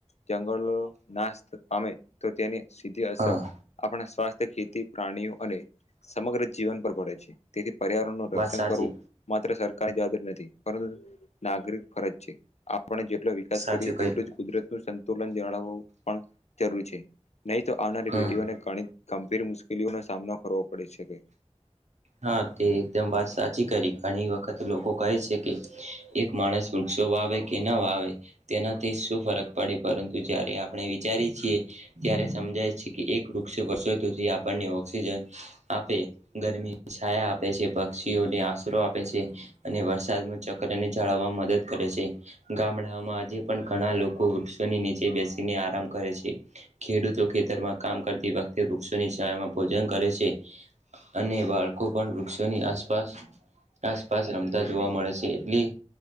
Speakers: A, on the left; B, on the right.
A: જંગલો નાશ પામે તો તેની સીધી અસર
B: હા
A: આપણા સ્વાસ્થ્ય ખેતી, પ્રાણીઓ અને સમગ્ર જીવન પર પડે છે, તેથી પર્યાવરણ નું રક્ષણ
B: વાત સાચી
A: કરવું માત્ર સરકારની જવાબદારી નથી, પરંતુ નાગરિક ફરજ આપણે જેટલો વિકાસ
B: સાચું
A: કરીએ
B: કહ્યું
A: એટલું જ કુદરત નું સંતુલન બળવવ પણ જરૂરી છે. નહીં તો આવનારી
B: હમ
A: પેઢીઓને ઘણી ગંભીર મુશ્કેલીઓનો સામનો કરવો પડી શકે.
B: હા તે એકદમ વાત સાચી કરી ઘણી વખત લોકો કહે છે, કે માણસ વૃક્ષો વાવે કે ના વાવે તેનાથી શું ફરક પડે, પરંતુ જ્યારે આપણે વિચારી છીએ, ત્યારે સમજાય છે, કે એક વૃક્ષ વરસોથી આપણને ઓક્સિજન આપે. ગરમીની છાયા આપે છે, પક્ષીઓને આશરો આપે છે, અને વરસાદ નું ચક્ર. ને જાળવવામાં મદદ કરે છે, ગામડાઓમાં આજે પણ ઘણા લોકો વૃક્ષોની નીચે બેસીને આ કામ કરે છે, ખેડૂતો ખેતરમાં કામ કરતી વખતે વૃક્ષોની છાળમાં ભોજન કરે છે. અને બાળકો પણ વૃક્ષોની આસપાસ આસપાસ રમતા જોવા મળે છે, એટલી